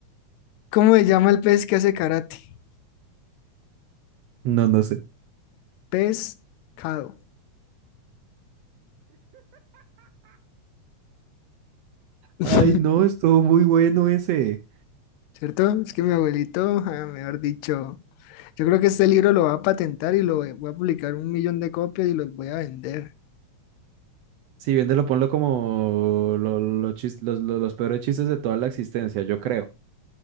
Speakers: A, on the left; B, on the right.
A: ¿cómo se llama el pez que hace karate?
B: No, no sé.
A: Pescado. <laughs>
B: Ay, no, estuvo muy bueno ese.
A: ¿Cierto? Es que mi abuelito, ah, mejor dicho, yo creo que este libro lo va a patentar y lo voy voy a publicar un millón de copias y los voy a vender.
B: Si bien te lo ponlo como lo- lo chis- los, los- los peores chistes de toda la existencia, yo creo.